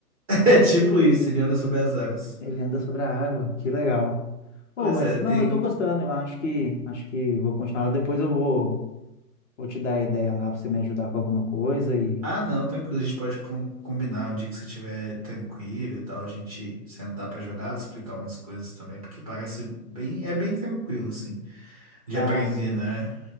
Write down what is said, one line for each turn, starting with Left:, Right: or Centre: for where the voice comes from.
Right: É tipo isso, ele anda sobre as águas.
Left: Ele anda sobre a água, que legal. Oh,
Right: Pois
Left: mas
Right: é,
Left: não,
Right: tem.
Left: eu tô gostando, eu acho que acho que vou continuar. Depois eu vou, vou te dar a ideia lá pra você me ajudar com alguma coisa e.
Right: Ah, não, tranquilo. A gente pode com- combinar um dia que você estiver tranquilo e tal, a gente sentar pra jogar, explicar umas coisas também, porque parece bem, é bem tranquilo, assim, de
Left: Ah,
Right: aprender,
Left: sim.
Right: né?